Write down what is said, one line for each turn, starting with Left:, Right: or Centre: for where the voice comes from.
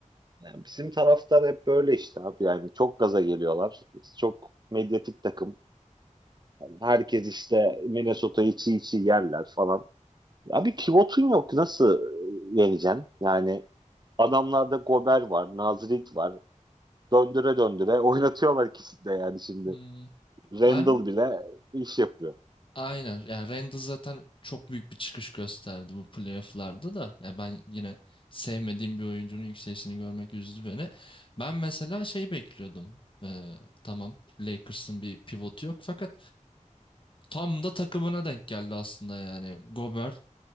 Right: Yani bizim taraftar hep böyle işte abi yani çok gaza geliyorlar. Çok medyatik takım. Herkes işte Minnesota'yı çiğ çiğ yerler falan. Abi pivotun yok nasıl e, yeneceksin? Yani adamlarda Gober var, Nazirik var. Döndüre döndüre <laughs> oynatıyorlar ikisini de yani şimdi.
Left: Hmm.
Right: Randall
Left: Ben
Right: bile iş yapıyor.
Left: Aynen. Yani Randall zaten çok büyük bir çıkış gösterdi bu playoff'larda da. Yani ben yine sevmediğim bir oyuncunun yükselişini görmek üzdü beni. Ben mesela şey bekliyordum. Ee, tamam Lakers'ın bir pivotu yok fakat tam da takımına denk geldi aslında yani. Gobert